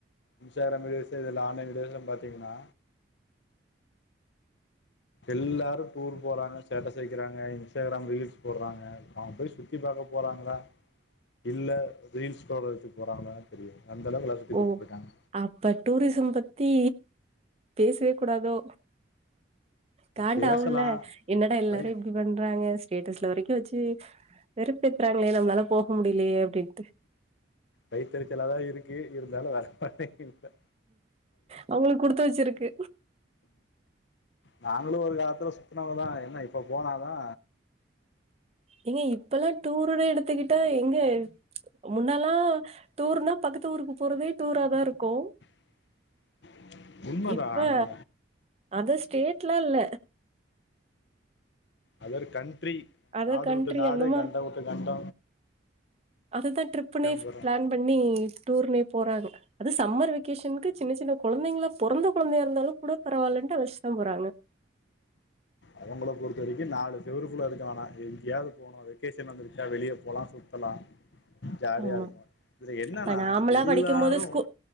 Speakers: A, on the left (about 65°); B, on the right (about 30°).
A: இன்ஸ்டாகிராம் விடியோஸ்ஸு இதில ஆன்லைன் வீடியோஸ்ஸுல்ல பாத்திங்கின்னா எல்லாரு டூர் போறாங்க ஸ்டேட்டஸ் வைக்கிறாங்க இன்ஸ்டாகிராம் ரீல்ஸ் போடுறாங்க அங்க போய் சுத் தி பாக்க போறாங்களா இல்ல ரீல்ஸ் போட்றதுக்கு போறாங்களானே தெரியல அந்த அளவுக்கு எல்லாரு சுத்திப்பாத்து
B: ஓ
A: போய்ட்டாங்க
B: அப்ப டூரிசம் பத்தி பேச்வே கூடாதோ கண்டவுல்ல
A: பேசலாம்
B: என்னடா எல்லாரு
A: பை
B: இப் டி பண்றாங்க ஸ்டேட்டஸ்ல வரைக்கு வச்சு வெறுப்பெத்துறாங்களே நம்பளால போக முடியல அப்டின்
A: வைத்தெறிச்சலாதா இருக்கு இருந்தாலு வர மட்டேங்குது
B: அவுங்களுக்கு குடுத்து வச்சிருக்கு
A: நாங்களு ஒரு காலத்துல சுத்துனவங்கதா என்ன இப்ப போனாதா
B: எங்க இப்பல்லா டூருனு எடுத்துக்கிட்டா எங்க முன்னெல்லா டூர்னா பக்கத்து ஊருக்கு போறதே டூரா தாருக்கு
A: <inaudible> உண்மைதான்
B: இப்ப
A: அங்கன
B: அதர் ஸ்டேட்லா இல்ல
A: அதர் கண்ட்ரி
B: அதர்
A: நாடு
B: கண்ட்ரி
A: வுட்டு நாடு
B: அந்த
A: கண்ட வுட்டு கண்ட
B: அததா ட்ரிப்புனே
A: போறோம்
B: பிளான் பண்ணி டூர்னே போறாங்க அது சம்மர் வெக்கேஷனுக்கு சின்ன சின்ன கொழந்தைங்கள பொறந்த கொழந்தையா இருந்தாலு கூட பரவாயில்லட்டு அழச்சுதா போறாங்க
A: அவங்கள பொறுத்த வரைக்கு நாலு செவருக்குள்ளே இருக்க வேணா எங்கேயாவ்து போனு வெக்கேஷன் வந்துருச்சா வெளியே போலா சுத்தல ஜாலியா
B: ஆமா
A: இருக்கு இதுல என்னன்னா
B: இப்ப நாமளா
A: எல்லாரு
B: படிக்கும் போது ஸ்கூ